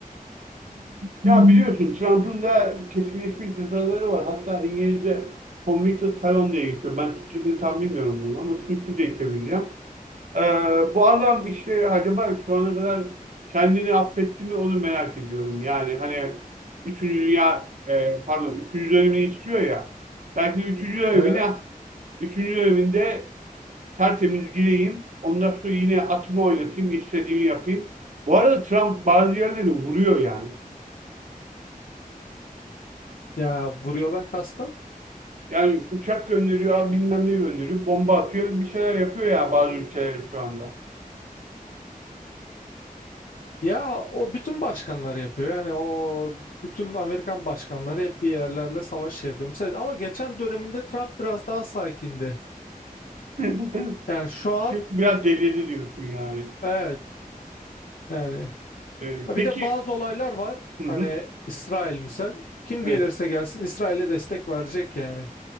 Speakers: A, on the right; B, on the left.
A: Ya biliyorsun Trump'ın da kesinleşmiş cezaları var. Hatta İngilizce convicted felon diye geçiyor. Ben Türkçesini tam bilmiyorum bunu ama suçlu diye çevireceğim. Ee, bu adam işte acaba şu ana kadar kendini affetti mi onu merak ediyorum. Yani hani üçüncü Dünya e, pardon üçüncü dönemini istiyor ya. Belki de 3. dönemine
B: Evet.
A: üçüncü döneminde tertemiz gireyim. Ondan sonra yine atımı oynatayım, istediğimi yapayım. Bu arada Trump bazı yerleri vuruyor yani.
B: Ya vuruyordan kastın?
A: Yani uçak gönderiyor, bilmem ne gönderiyor, bomba atıyor, bir şeyler yapıyor ya bazı ülkeler şu anda.
B: Ya o bütün başkanlar yapıyor. Yani o bütün Amerikan başkanları hep bir yerlerle savaş şey yapıyor. Mesela, ama geçen döneminde Trump biraz daha sakindi.
A: <laughs>
B: Yani şu an
A: Şimdi biraz delirdi diyorsun yani.
B: evet yani.
A: Ee,
B: Ha
A: peki,
B: Bir de bazı olaylar var.
A: hı hı,
B: Hani İsrail misal. Kim
A: evet
B: gelirse gelsin İsrail'e destek verecek yani.